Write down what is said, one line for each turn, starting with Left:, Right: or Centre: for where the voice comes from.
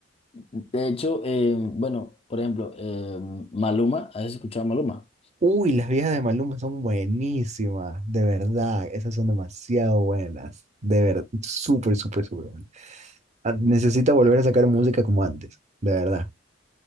Left: De hecho, eh, bueno, por ejemplo, eh, Maluma, ¿has escuchado a Maluma?
Right: Uy, las viejas de Maluma son buenísimas, de verdad, esas son demasiado buenas, de verdad, súper, súper, súper buenas. Ah, Necesita volver a sacar música como antes, de verdad.